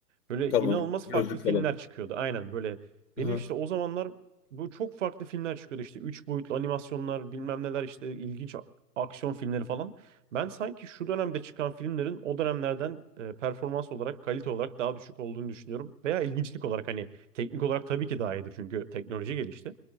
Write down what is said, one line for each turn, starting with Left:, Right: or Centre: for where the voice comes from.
Right: Böyle
Left: Tamam.
Right: inanılmaz
Left: Gözlük
Right: farklı filmler
Left: falan.
Right: çıkıyordu. Aynen böyle.
Left: Hı
Right: Benim
Left: hı.
Right: işte o zamanlar bu çok farklı filmler çıkıyordu. İşte 3 boyutlu animasyonlar bilmem neler işte ilginç a- aksiyon filmleri falan. Ben sanki şu dönemde çıkan filmlerin o dönemlerden e, performans olarak, kalite olarak daha düşük olduğunu düşünüyorum. Veya ilginçlik olarak hani teknik olarak tabii ki daha iyidir çünkü teknoloji gelişti.